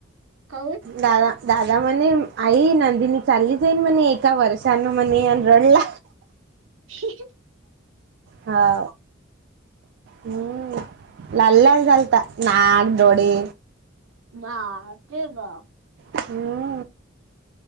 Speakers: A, on the right; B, on the right.
A: काऊन?
B: दादा दादा म्हणे आई नंदिनी चाली जईन म्हणे. इतका वर्षान मने रडला.
A: ह <unintelligible>
B: हा. हम्म, लाल लाल झालता नाक, डोळे.
A: बाप रे बाप!
B: हम्म